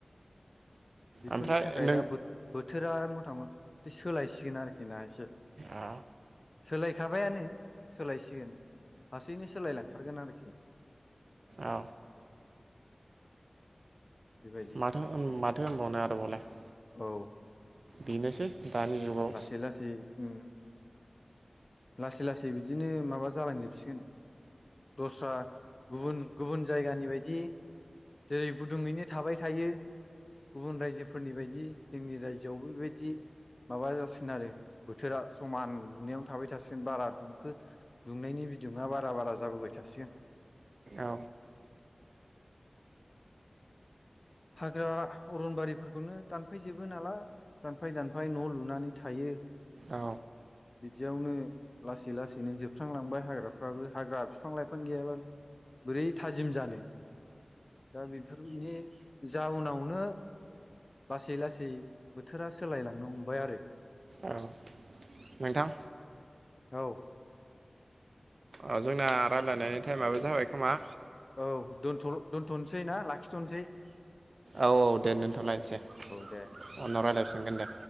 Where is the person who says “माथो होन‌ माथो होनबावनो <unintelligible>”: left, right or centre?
Right